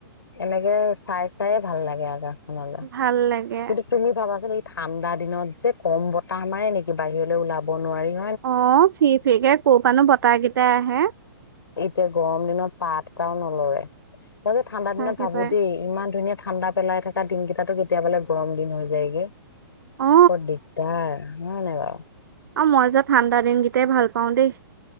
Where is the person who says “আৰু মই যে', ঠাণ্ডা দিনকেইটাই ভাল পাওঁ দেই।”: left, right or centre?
Right